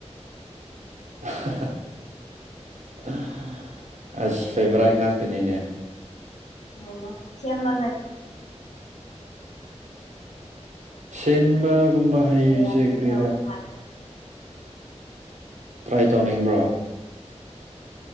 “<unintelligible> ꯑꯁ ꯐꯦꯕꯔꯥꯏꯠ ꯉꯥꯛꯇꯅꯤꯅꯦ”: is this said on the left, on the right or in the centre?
Right